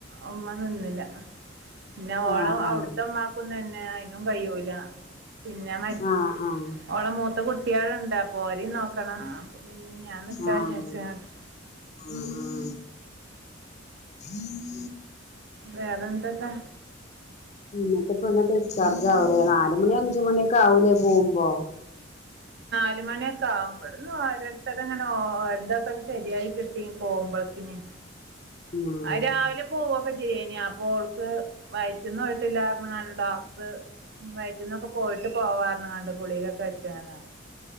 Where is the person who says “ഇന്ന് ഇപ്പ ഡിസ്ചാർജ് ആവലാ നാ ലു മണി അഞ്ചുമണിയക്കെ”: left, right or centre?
Left